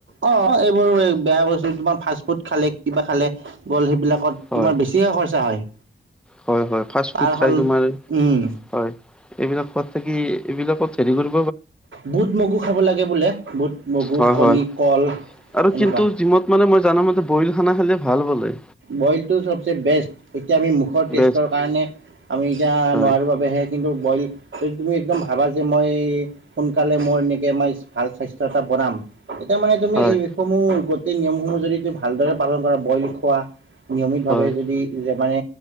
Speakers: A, on the right; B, in the centre.
A: অ এইবোৰ বেয়া বস্তু তোমাৰ ফাষ্ট ফুড খালে কিবা খালে গ'ল সেইবিলাক
B: হয়
A: তোমাৰ বেছিহে খৰচা হয়
B: হয়, হয়, ফাষ্ট
A: তাৰ
B: ফুড খাই
A: হল
B: তোমাৰ
A: উম
B: হয়, এইবিলাক খোৱাত থাকি এইবিলাকত হেৰি কৰি
A: বুট মগু খাব লাগে বোলে বুট মগু
B: হয়
A: কণী
B: হয়
A: কল
B: আৰু
A: এনেকুৱা
B: কিন্তু জিমত মানে মই জানো ম বইল খানা খালে ভাল বলে
A: বইলটো চবচে বেষ্ট এতিয়া আমি মুখৰ টেষ্টৰ
B: বেষ্ট
A: কাৰণে আমি এতিয়া
B: হয়
A: নোৱাৰোঁ বাবেহে কিন্তু বইল যদি তুমি একদম ভাবা যে মই সোনকালে মই এনেকে আমাৰ ভাল স্বাস্থ্য এটা বনাম এতিয়া মানে তুমি
B: হয়
A: এইসমূহ গোটেই নিয়মসমূহ যদি তুমি ভালদৰে পালন কৰা বইল খোৱা নিয়মিত ভাৱে
B: হয়
A: যদি মানে